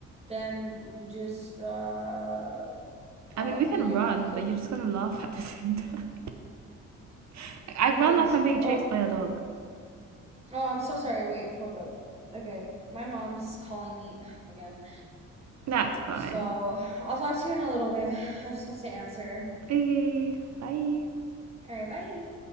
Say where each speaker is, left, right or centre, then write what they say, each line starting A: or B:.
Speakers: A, on the right; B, on the right.
A: then just uh well,
B: I mean, we can
A: we could
B: run,
A: we could
B: but you're just gonna laugh <laughs> at the same time. <laughs> I
A: you
B: run
A: think
B: like
A: so?
B: I'm being
A: Oh,
B: chased by a dog.
A: Oh, I'm so sorry. Wait, hold up. Okay, my mom's calling me again.
B: That's fine.
A: So I'll talk to you in a little bit. I just have to answer.
B: Okay. Bye.
A: All right, bye.